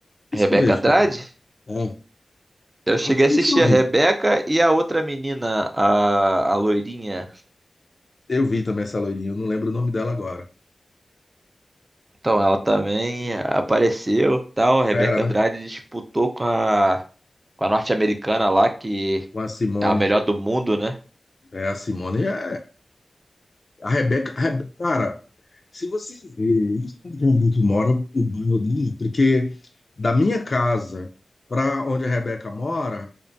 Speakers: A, on the left; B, on the right.
A: isso
B: Rebeca
A: eu vejo,
B: Andrade?
A: cara. É,
B: Eu cheguei
A: até
B: a assistir
A: isso eu vi.
B: a Rebeca e a outra menina, a, a loirinha.
A: Eu vi também essa loirinha, eu não lembro o nome dela agora.
B: Então, ela também apareceu, tal. A Rebeca
A: Fera, né?
B: Andrade disputou com a, com a norte-americana lá, que
A: Com a Simone.
B: é a melhor do mundo, né?
A: É, a Simone é. A Rebeca, a Rebe- cara, se você ver onde que a Rebeca mora, o bairro dela, porque da minha casa para onde a Rebeca mora,